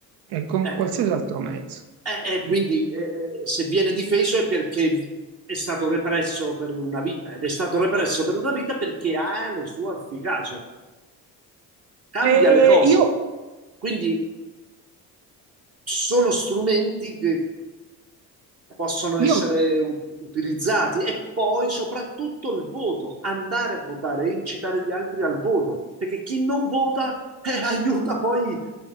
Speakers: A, on the right; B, on the right.
A: E con
B: Eh,
A: qualsiasi altro mezzo.
B: eh, eh,
A: Mm.
B: quindi eh, eh, se viene difeso è perché è stato represso per una vita ed è stato represso per una vita perché ha la sua efficacia, cambia
A: E
B: le cose.
A: io,
B: Quindi sono strumenti che possono essere
A: io,
B: u- utilizzati e poi soprattutto il voto, andare a votare e incitare gli altri al voto, perché chi non vota <laughs> eh, aiuta poi